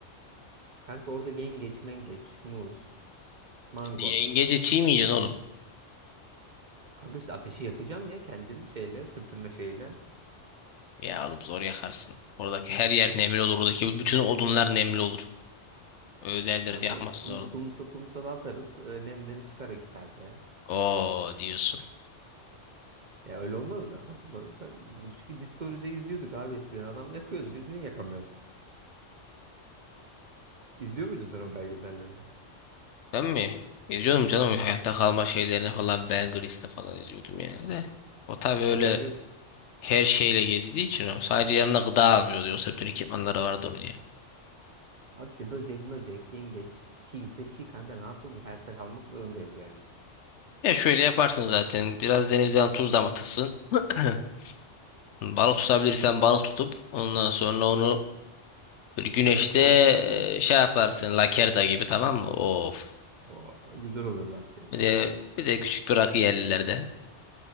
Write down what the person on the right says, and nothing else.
Kanka orada yengeç, mengeç, muz, mango.
Kanka işte ateşi yakacağım ya kendim şeyle, sürtünme şeyle.
Kanka
kum,
kumsa kumsala atarız. e, Nemleri çıkar iki saate ya.
Ya öyle olmaz mı? Bak, bak- sen- çünkü Discovery'de izliyorduk abi eskiden. Adam yakıyordu. Biz niye yakamıyoruz? İzliyor muydun sen o belgeselleri?
Evet.
Adam yok.
Abi işte böcek böcek, yengeç, çiğ ise çiğ kanka ne yapalım? Hayatta kalmak zorundayız yani.
Öyle Salamura gibi.
O güzel olur bak.
<laughs>